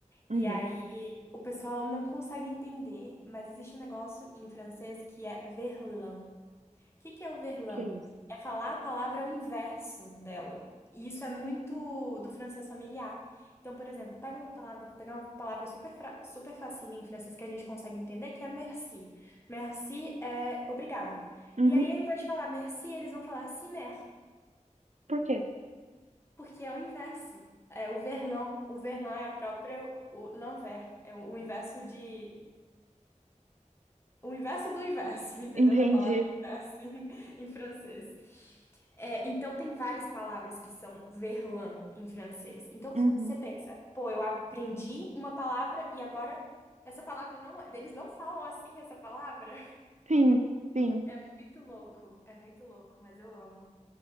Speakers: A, on the right; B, on the left.
A: uhum.
B: E aí o pessoal não consegue entender, mas existe um negócio em francês que é verlan. O que que é o verlan?
A: Que que é isso?
B: É falar a palavra ao inverso dela. E isso é muito do francês familiar. Então, por exemplo, pega uma palavra, vou pegar uma palavra super, fra- super facinha em francês que a gente consegue entender, que é merci. Merci é obrigado.
A: Uhum.
B: E aí, ao invés de falar merci, eles vão falar cimer,
A: Por quê?
B: porque é o inverso. É o verlan. O verlan é a própria, o l'envers, é o o inverso de O inverso do inverso, <laughs> entendeu?
A: Entendi.
B: Da palavra inverso em, em francês. É, então, tem várias palavras que são verlan em francês. Então,
A: Uhum.
B: você pensa, pô, eu aprendi uma palavra e agora essa palavra não. é- Eles não falam assim essa palavra. <laughs>
A: Sim, sim.
B: É muito louco, é muito louco, mas eu amo.